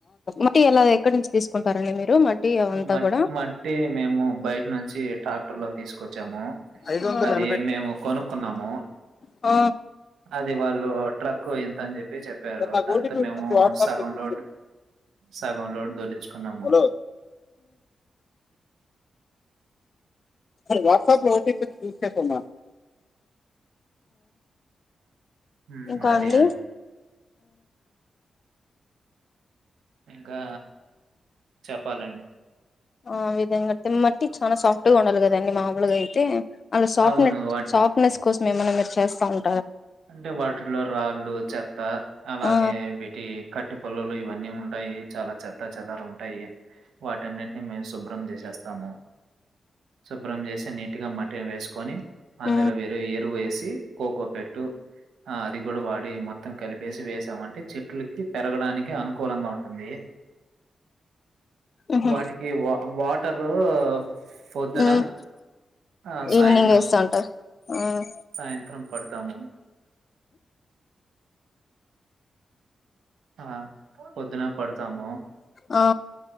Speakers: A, on the left; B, on the right.
A: ఇంటిలో ఎక్కడి నుంచి తీసుకుంటారండి మీరు మట్టి అవంతా
B: మట్టి
A: కూడా
B: మట్టి మేము బయట నుంచి ట్రాక్టర్ లో తీసుకొచ్చి వచ్చాము
A: ఐదు వందల
B: అది మేము కొనుక్కున్నాము
A: ఆ
B: అది వాళ్ళు ట్రక్ ఎంత అని చెప్పి చెప్పారు
A: సార్ నాకు
B: దాంతో
A: ఓటీపీ ఉంటుంది
B: మేము
A: వాట్సాప్
B: సగం
A: లో చూసి
B: లోడ్ సగం లోడ్ తొలించుకున్నాము
A: హలో వాట్సప్ లో ఒకటిూసమా
B: హ్మ్,
A: ఇంకా
B: అది
A: అండి
B: ఇంకా చెప్పాలండి
A: ఆ విధంగా కడితే మట్టి చాలనా సాఫ్ట్ గా ఉండాలి కదండి మామూలుగా అయితే అంత సాఫట్నె
B: అవును వా
A: సాఫట్నెస్ కోసం ఏమైన్నా మీరు చేస్తా ఉ
B: అంటే వాటిలో రాళ్ళు చెత్త అలాగే
A: ఆ
B: వీటి కట్టు పల్లలు ఇవన్నీ ఉంటాయి చాలా చెత్త పచ్చదర ఉంటాయి వాటిన్నిటిని మేము శుభ్రం చేసేస్తాము సుబ్రం చేైస నట్ మట్టిగా మట్టిని వేసుకొని అందులోరు
A: ఉమ్
B: ఎరువు వేసి కోకో పెట్టు ఆ అది కూడా వాడి మొత్తం కలిపి వేసి వేసాం అంటే చెట్లకి పెరగడానికి అనుకూలంగా ఉంటుంది
A: ఉహు
B: వాటికి వా వాటరు పొద్దున
A: ఉమ్
B: ఆ
A: ఈవినింగ్
B: సాయంత్రం
A: వేస్తా ఉంటారు ఆ
B: సాయంత్రం పడతాము ఆహ్, పొద్దున పడతాము.
A: ఆ